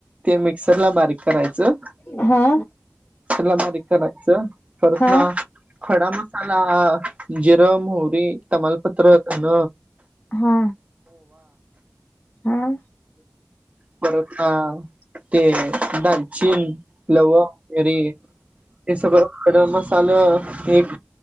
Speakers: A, on the right (about 30°); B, on the left (about 45°).
A: ते मिक्सर ला बारीक करायचं
B: हा
A: ला बारीक कराय करायच परत
B: हा
A: मग खडा म ला अ जिर मोहरी तमालपत्र धन
B: हा हा.
A: परत अ ते दालचीन लवंग मीरी हे सगळं खड मसाला एक